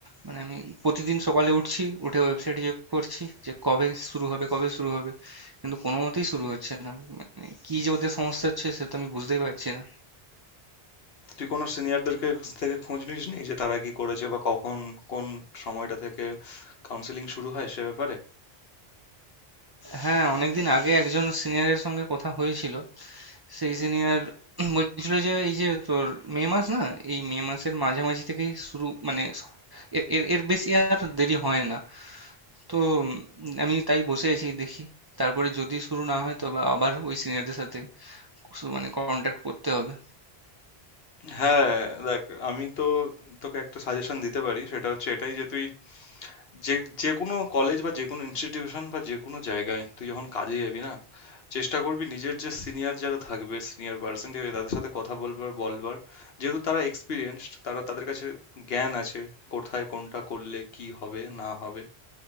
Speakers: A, on the right; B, on the left.
A: মানে আমি প্রতিদিন সকালে উঠছি উঠে ওয়েবসাইট চেক করছি যে কবে শুরু হবে কবে শুরু হবে কিন্তু কোনো মতেই শুরু হচ্ছে না মানে কি যে ওদের সমস্যা হচ্ছে সে তো আমি বুঝতেই পারছি না
B: তুই কোনো সিনিয়রদেরকে থেকে খোঁজ নিসনি যে তারা কি করেছে বা কখন কোন সময়টা থেকে কাউন্সেলিং শুরু হয় সে ব্যাপারে
A: হ্যাঁ অনেকদিন আগে একজন সিনিয়রের সঙ্গে কথা হয়েছিল সেই সিনিয়র <clears throat> বলছিল যে এই যে তোর মে মাস না এই মে মাসের মাঝামাঝি থেকেই শুরু মানে এর এর এর বেশি আর দেরি হয় না তো উম, আমি তাই বসে আছি দেখি তারপরে যদি শুরু না হয় তবে আবার ওই সিনিয়রদের সাথে কিছু মানে কন্ট্যাক্ট করতে হবে
B: হ্যাঁ দেখ আমি তো তোকে একটা সাজেশন দিতে পারি সেটা হচ্ছে এটাই যে তুই যে যে কোনো কলেজ বা যে কোনো ইনস্টিটিউশন বা যে কোনো জায়গায় তুই যখন কাজে যাবি না চেষ্টা করবি নিজের যে সিনিয়র যারা থাকবে সিনিয়র পার্সন থাকবে, তাদের সাথে কথা বলবার বলবার যেহেতু তারা এক্সপিরিয়েন্সড তারা তাদের কাছে জ্ঞান আছে কোথায় কোনটা করলে কি হবে না হবে